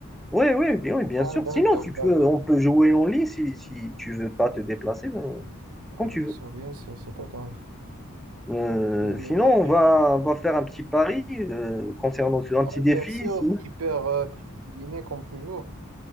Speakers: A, in the centre; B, on the right.
A: Oui, oui, bien, oui, bien
B: Ah,
A: sûr.
B: d'accord,
A: Sinon, tu
B: d'accord.
A: peux, on peut jouer en ligne si, si tu veux pas te déplacer. ben, C'est quand
B: Ah, bien
A: tu veux.
B: sûr, bien sûr, c'est pas grave.
A: Euh,
B: Mais,
A: sinon, on va, on va faire un petit pari euh, concernant ce, un
B: ouais,
A: petit défi.
B: bien sûr,
A: Si.
B: hyper euh, dîner comme toujours.